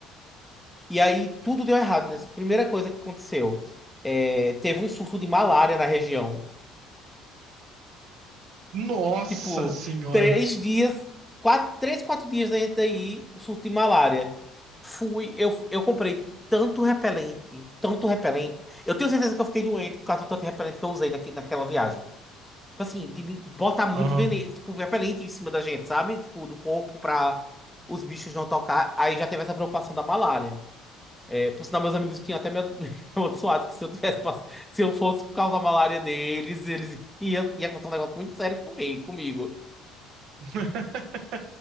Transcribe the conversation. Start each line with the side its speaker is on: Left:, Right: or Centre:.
Centre: E aí tudo deu errado, né? Primeira coisa que aconteceu, é, teve um surto de malária na região.
Right: Nossa
Centre: Tipo,
Right: senhora.
Centre: três dias, quatro, três, quatro dias da gente aí, o surto de malária. Fui, eu, eu comprei tanto repelente, tanto repelente. Eu tenho certeza que eu fiquei doente por causa do tanto repelente que eu usei naque, naquela viagem. Tipo assim, de me botar muito
Right: Aham.
Centre: veneno, tipo, repelente em cima da gente, sabe? Tipo, do corpo pra os bichos não tocar. Aí já teve essa preocupação da malária. É, por sinal, meus amigos tinham até me <laughs> amaldiçoado que se eu tivesse pass- se eu fosse causar malária neles, eles ia, ia acontecer um negócio muito sério com ele, comigo.
Right: <laughs>